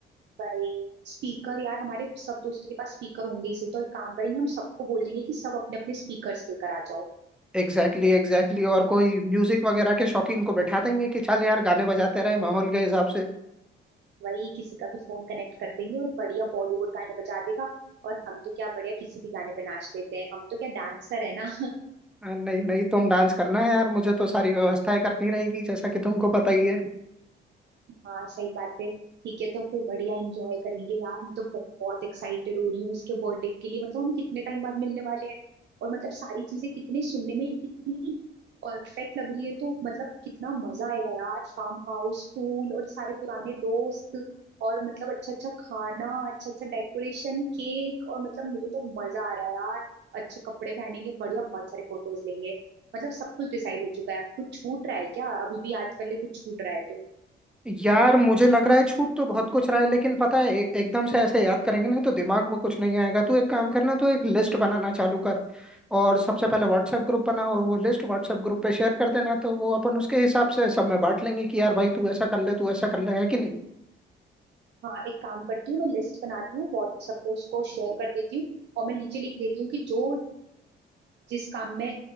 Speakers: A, on the right (about 60°); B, in the centre.
A: भाई स्पीकर यार हमारे सब दोस्तों के पास स्पीकर होंगे ही सही तो एक काम करेंगे हम सबको बोल देंगे कि सब अपने अपने स्पीकर लेकर आ जाओ
B: Exactly exactly, exactly exactly. और कोई म्यूजिक वगैरह के शौकीन को बैठा देंगे कि चल यार गाने बजाते रहे माहौल के हिसाब से
A: वही किसी का भी फोन कनेक्ट कर देंगे और बढ़िया बॉलीवुड गाने बजा देगा और हम तो क्या बढ़िया किसी भी गाने पे नाच लेते हैं हम तो क्या डांसर है ना
B: अ, नहीं नहीं तुम डांस करना है यार मुझे तो सारी व्यवस्थाएं करनी रहेगी जैसा कि तुमको पता ही है
A: <laughs> हाँ सही बात है ठीक है तो फिर बढ़िया एंजॉय करेंगे यार मैं तो बहुत एक्साइटेड हो रही हूँ उसके बर्थडे के लिए मतलब हम कितने टाइम बाद मिलने वाले हैं और मतलब सारी चीजें कितने सुनने में कितनी परफेक्ट लग रही है तो मतलब कितना मजा आएगा यार फार्म हाउस पूल और सारे पुराने दोस्त और मतलब अच्छा अच्छा खाना अच्छा अच्छा डेकोरेशन केक और मतलब मुझे तो मजा आ रहा है यार अच्छे कपड़े पहनेंगे बढ़िया बहुत सारे फोटोज लेंगे मतलब सब कुछ डिसाइड हो चुका है कुछ छूट रहा है क्या अभी भी आज कर ले कुछ छूट रहा है तो
B: यार मुझे लग रहा है छूट तो बहुत कुछ रहा है लेकिन पता है ए- एकदम से ऐसे याद करेंगे ना तो दिमाग में कुछ नहीं आएगा तू एक काम करना तो एक लिस्ट बनाना चालू कर और सबसे पहले व्हाट्सएप ग्रुप बना और वो लिस्ट व्हाट्सएप ग्रुप पे शेयर कर देना तो वो अपन उसके हिसाब से सब में बांट लेंगे कि यार भाई तू ऐसा कर ले तू ऐसा कर ले है कि नहीं
A: हाँ एक काम करती हूँ मैं लिस्ट बनाती हूँ व्हाट्सएप पे उसको शेयर कर देती हूँ और मैं नीचे लिख देती हूँ कि जो जिस काम में